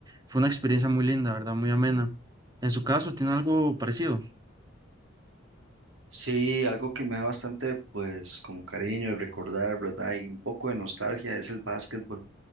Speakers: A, on the right; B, on the right.
A: fue una experiencia muy linda, ¿verdad? Muy amena. En su caso, ¿tiene algo parecido?
B: Sí, algo que me da bastante, pues, como cariño recordar, ¿verdad? Y un poco de nostalgia es el básquetbol.